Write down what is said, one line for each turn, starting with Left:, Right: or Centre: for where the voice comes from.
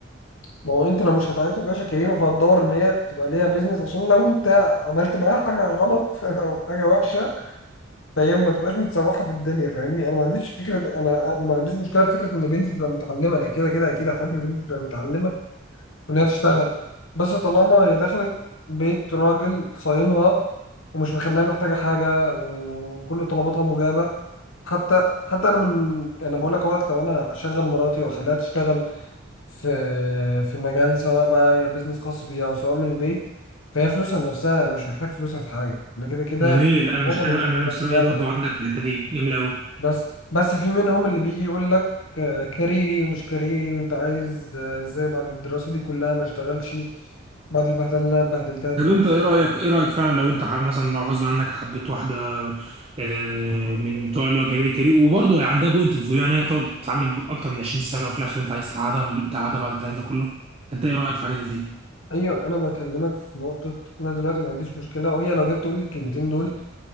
Left: ما هو انت لو مش هتعيشها في عيشه كريمه فهتدور ان هي تبقى ليها بيزنس عشان لو انت عملت معاها حاجه غلط <laughs> او حاجه وحشه فهي ما تبقاش متسوحه في الدنيا فاهمني انا ما عنديش فكره انا انا ما عنديش مشكله في فكره ان بنتي تبقى متعلمه انا كده كده اكيد احب بنتي تبقى متعلمه وإن هي تشتغل بس طالما هي دخلت بيت راجل صاينها ومش مخليها محتاجة حاجة وكل طلباتها مجابة حتى حتى أنا من أنا بقول لك أهوت لو أنا أشغل مراتي وأخليها تشتغل في في مجال سواء بقى هي بيزنس خاص بيها أو سواء من البيت فهي فلوسها لنفسها أنا مش محتاج فلوسها في حاجة أنا كده كده
Right: جميل انا
Left: طلباتها بالنسبة
Right: انا انا نفس رايي
Left: لي
Right: برضو عندك في الحته دي جميل قوي
Left: بس بس في منهم اللي بيجي يقول لك آه، كاريري ومش كاريري وانت عايز آه، ازاي بعد الدراسة دي كلها ما اشتغلش بعد البهدله اللي انا بهدلتها دي
Right: طب
Left: كلها.
Right: انت ايه رايك ايه رايك فعلا لو انت حب- مثلا غصب عنك حبيت واحده آه، من بتوع اللي هو كارير كارير وبرضه عندها بوينت اوف فيو ان هي تقعد تتعلم اكتر من 20 سنه وفي الاخر انت عايز تقعدها من تقعدها بعد التعليم ده كله انت ايه رايك في حاجه زي دي؟
Left: ايوه انا بكلمك في نقطة انا دلوقتي ما عنديش مشكلة وهي لو جت تقول لي الكلمتين دول